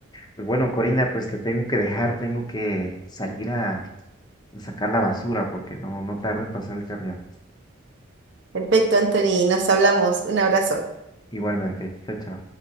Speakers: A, on the left; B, on the right.
A: Pues bueno, Corina, pues te tengo que dejar, tengo que salir a sacar la basura porque no, no tarda en pasar el camión.
B: Perfecto, Anthony. Nos hablamos. Un abrazo.
A: Igualmente, chao, chao.